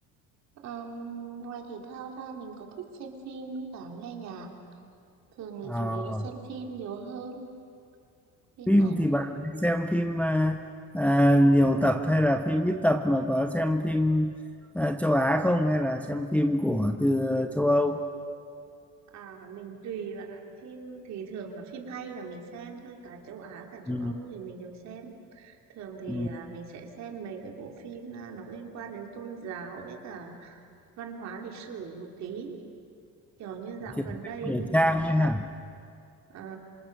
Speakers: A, on the right; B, in the centre.
A: um, ngoài thể thao ra mình có thích xem phim với cả nghe nhạc. Thường là
B: À,
A: chủ yếu xem phim nhiều hơn, phim
B: Phim
A: ảnh.
B: thì bạn hay xem phim à, à, nhiều tập hay là phim ít tập mà có xem phim à, châu Á không hay là xem phim của từ châu Âu?
A: À, mình tùy bạn ạ. Phim thì thường là phim hay là mình xem thôi, cả châu Á cả châu
B: Ừ.
A: Âu thì mình đều xem. Thường thì
B: Ừ.
A: à, mình sẽ xem mấy cái bộ phim à, nó liên quan đến tôn giáo với cả văn hóa lịch sử một tí. Kiểu như dạo
B: Kiểu
A: gần
B: phim
A: đây
B: cổ
A: mình
B: trang ấy hả?
A: à,